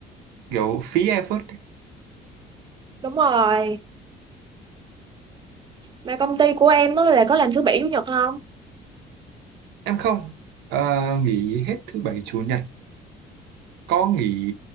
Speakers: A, on the right (about 85°); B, on the right (about 25°).
A: kiểu phí effort ấy.
B: Đúng rồi, mà công ty của em á là có làm thứ bảy chủ nhật không?
A: em không ờ, nghỉ hết thứ bảy chủ nhật có nghỉ